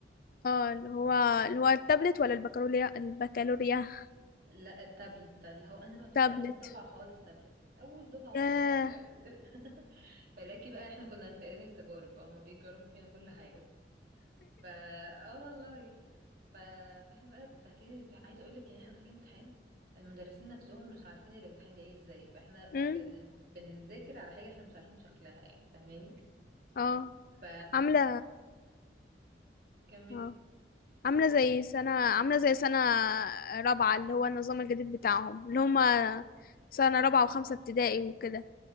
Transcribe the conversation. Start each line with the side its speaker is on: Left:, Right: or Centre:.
Left: اه اللي هو اللي هو التابلت ولا البكالوريا البكالوريا
Right: لا التابلت ده اللي هو انا بقى كنت
Left: تابلت
Right: اول دفعه خالص تابلت اول دفعه خالص
Left: ياه
Right: يعني <laughs> فلاكي بقى احنا كنا فاقرين التجارب بقى هما بيجربوا فينا كل حاجه فا اه والله ف... فاحنا بقى داخلين الامتحان عايزه اقول لك يعني احنا داخلين امتحان المدرسين نفسهم مش عارفين الامتحان جاي ازاي فاحنا
Left: امم
Right: بن... بنذاكر على حاجه احنا مش عارفين شكلها يعني فاهماني
Left: اه
Right: ف
Left: عاملة
Right: كملي
Left: اه عاملة
Right: قولي قولي
Left: زي سنة عاملة زي سنة رابعة اللي هو النظام الجديد بتاعهم اللي هما سنة رابعة وخمسة ابتدائي وكده